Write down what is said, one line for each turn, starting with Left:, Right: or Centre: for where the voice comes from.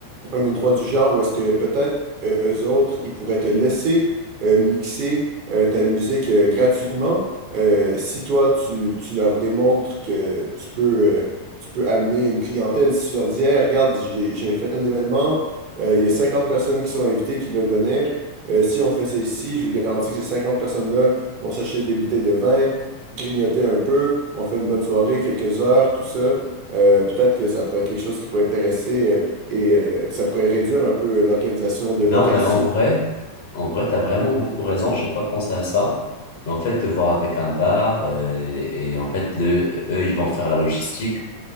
Right: un endroit du genre où est-ce que peut-être euh, eux autres, ils pourraient te laisser euh, mixer euh, ta musique euh, gratuitement euh, si toi, tu, tu leur démontres que tu peux, euh, tu peux amener une clientèle. Si tu leur dis, Hey, regarde, j'ai, j'ai fait un événement, euh, il y a 50 personnes qui sont invitées qui veulent venir. Euh, si on fait ceci, je vous garantis que ces 50 personnes-là vont s'acheter des bouteilles de vin, grignoter un peu, on fait une bonne soirée, quelques heures, tout ça. Euh, peut-être que ça pourrait être quelque chose qui pourrait intéresser. euh, et euh, ça pourrait réduire un peu l'organisation de
Left: Non,
Right: location.
Left: mais en vrai, en vrai, t'as vraiment beaucoup raison, j'ai pas pensé à ça. Mais en fait, de voir avec un bar, euh, et en fait, le, eux, ils vont faire la logistique.